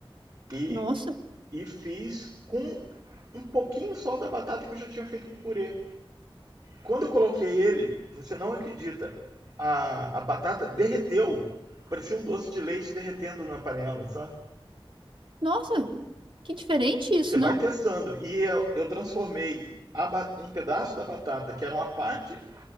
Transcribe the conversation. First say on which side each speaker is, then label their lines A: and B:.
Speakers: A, on the right (about 45°); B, on the right (about 65°).
A: E,
B: Nossa,
A: e fiz com um pouquinho só da batata que eu já tinha feito com purê. Quando eu coloquei ele, você não acredita, a, a batata derreteu. Parecia um doce de leite derretendo na panela, sabe?
B: nossa, que diferente isso,
A: Você vai
B: não?
A: testando. E eu, eu transformei a, um pedaço da batata, que era uma parte